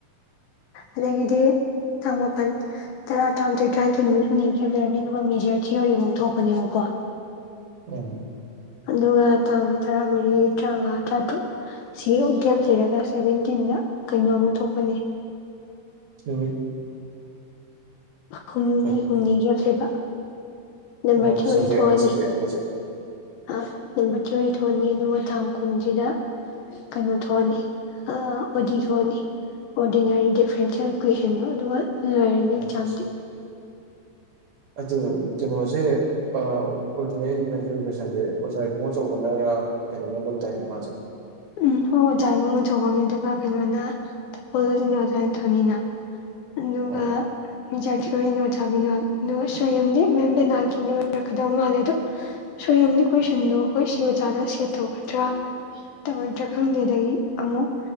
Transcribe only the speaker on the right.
ꯎꯝ
<unintelligible>
ꯀꯩ
ꯑꯣ
ꯁꯕꯖꯦꯛ
ꯑꯃꯒ ꯁꯕꯖꯦꯛ ꯑꯃꯒꯁꯦ
ꯑꯣꯀꯦ
ꯑꯗꯨ ꯀꯩꯅꯣꯖꯦ ꯑ ꯑꯣꯔꯗꯤꯅꯔꯤ ꯗꯤꯐ꯭ꯔꯦꯟꯁꯦꯜ ꯏꯀ꯭ꯋꯦꯁꯟꯁꯦ ꯑꯣꯖꯥ ꯏꯕꯨꯡꯉꯣ ꯆꯧꯕꯅꯔ ꯀꯩꯅꯣꯃ ꯂꯧꯗꯥꯢꯅꯦ ꯃꯥꯁꯦ
ꯑꯣ